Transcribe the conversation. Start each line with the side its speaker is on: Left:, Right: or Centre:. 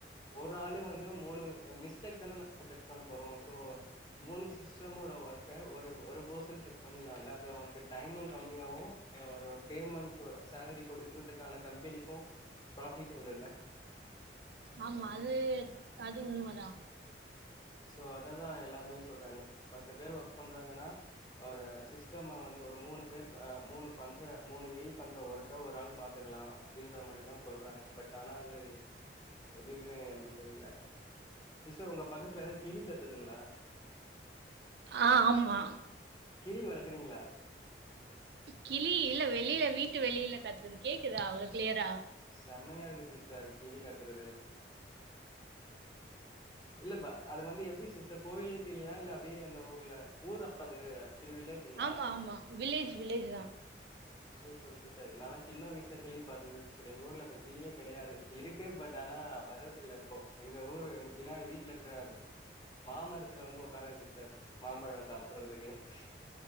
Left: ஒரு ஆளு வந்து மூணு மிஸ்டேக் தான செக் பண்ண போறோம் சோ மூணு சிஸ்டமோட ஒர்க் ஒரு ஒரு பர்சன் செக் பண்ணிலால்ல அது அவனுக்கு டைமும் கம்மியாவும் ஆ ஒரு பேமெண்ட் சேலரி கொடுக்கறதுக்கான கம்பெனிக்கும் ப்ராஃபிட் உண்டு இல்ல
Right: ஆமா அது அது உண்ம தா
Left: சோ அததான் எல்லாருமே சொல்றாங்க சரி பத்து பேர் ஒர்க் பண்றாங்கன்னா ஒரு சிஸ்டமா வந்து ஒரு மூணு பேர் அ மூணு பண்ற மூணு ஏயி பண்ற ஒர்க்க ஒரு ஆள் பாத்துக்கலாம் அப்பிடின்ற மாரிதான் சொல்றாங்க பட் ஆனா அது எதுவுமே எனக்கு தெரியல சிஸ்டர் உங்க பக்கத்துல ஏதாவது கிளி கத்துதுங்களா
Right: ஆ ஆமா
Left: கிளி வளக்குறீங்களா
Right: கிளி இல்ல வெளியில வீட்டு வெளியில கத்துது கேக்குதா அவ்ளோ கிளியரா
Left: செமையா இருக்கு சிஸ்டர் கிளி கத்துறது இல்லப்பா அது வந்து எப்பிடி சிஸ்டர் கோயில் கிலியா இல்ல அப்பிடியே அந்த ஊர்ல ஊர் அது ஆக்சுவலி வில்லேஜ்ங்களா
Right: ஆமா ஆமா வில்லேஜ் வில்லேஜ் தான்
Left: சூப்பர் சிஸ்டர் என்னால சின்ன வயசுல கிளி பாத்தது சொன்னி எங்க ஊர்ல இப்ப கிளியே கெடையாது இருக்கு பட் ஆனா வர்றது இல்ல இப்போ எங்க ஊரு எங்க பின்னாடி வீட்ல இருக்கற மாமரத்துல வந்து ஒக்காரோ சிஸ்டர் மாம்பழம் சாப்பறதுக்கு சாப்பிடுறதுக்கு